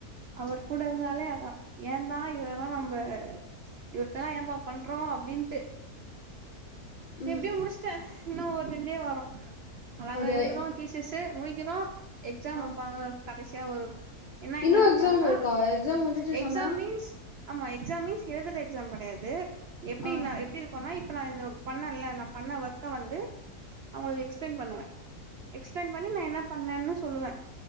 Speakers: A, on the right (about 70°); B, on the left (about 50°).
A: அவர் கூட இருந்தாலே அதா ஏந்தா இவரெல்லா நம்ப இவர்டலா ஏம்ப்பா பண்றோ அப்டின்ட்டு
B: ம்
A: எப்டியோ முடிச்டே இன்னு ஒரு ரெண்டே வார அழகா
B: அப்டியா
A: எழுதுறோ ஃபீச்சர்ஸு முடிக்கிறோ எக்ஸாம்
B: ஆ
A: வெப்பாங்க கடைசியா ஒரு என்ன
B: இன்னு
A: எக்ஸாம் வப் பாங்கனா
B: இருக்கா எக்ஸாம் முடிஞ்சிச்சு
A: எக்ஸாம்
B: சொன்ன
A: மீன்ஸ் ஆமா எக்ஸாம் மீன்ஸ் எழுதுற எக்ஸாம் கெடையாது எப்டின்னா
B: ஆ
A: எப்டி இருக்குன்னா இப்ப நா இந்த பண்ணன்ல நா பண்ண ஒர்க்க வந்து அவுங்களுக்கு எக்ஸ்பிளைன் பண்ணுவே எக்ஸ்பிளைன் பண்ணி நா என்ன பண்ணேன்னு சொல்லுவே